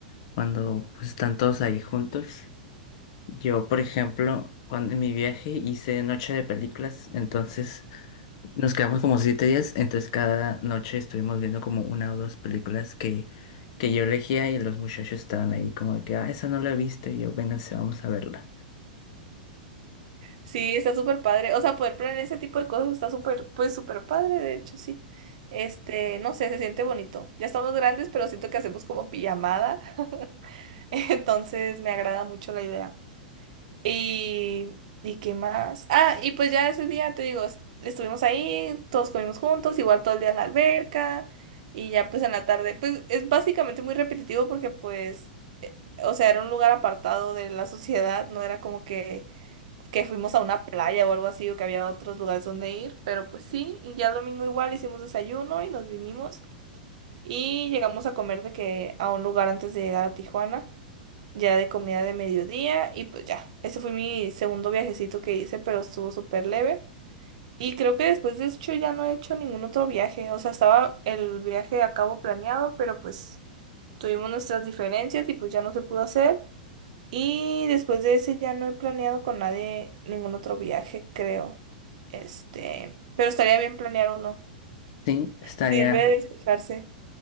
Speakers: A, on the left; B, on the right.
A: cuando pues, están todos ahí juntos. Yo, por ejemplo, cuando en mi viaje hice noche de películas, entonces nos quedamos como siete días, entonces cada noche estuvimos viendo como una o dos películas que, que yo elegía y los muchachos estaban ahí como de que, ah, esa no la he visto y yo, vénganse, vamos a verla.
B: Sí, está súper padre. O sea, poder planear ese tipo de cosas está súper, pues súper padre, de hecho, sí. Este, no sé, se siente bonito. Ya estamos grandes, pero siento que hacemos como pijamada. <laughs> Entonces me agrada mucho la idea. Y, ¿y qué más? Ah, y pues ya ese día, te digo, est- estuvimos ahí, todos comimos juntos, igual todo el día en la alberca. Y ya pues en la tarde, pues es básicamente muy repetitivo porque pues, o sea, era un lugar apartado de la sociedad, no era como que que fuimos a una playa o algo así, o que había otros lugares donde ir, pero pues sí, y ya el domingo igual hicimos desayuno y nos vinimos y llegamos a comer de que a un lugar antes de llegar a Tijuana, ya de comida de mediodía y pues ya, ese fue mi segundo viajecito que hice, pero estuvo súper leve. Y creo que después de eso ya no he hecho ningún otro viaje, o sea, estaba el viaje a cabo planeado, pero pues tuvimos nuestras diferencias y pues ya no se pudo hacer. Y después de ese ya no he planeado con nadie ningún otro viaje, creo. Este, pero estaría bien planear uno.
A: Sí, estaría.
B: Sirve de despejarse,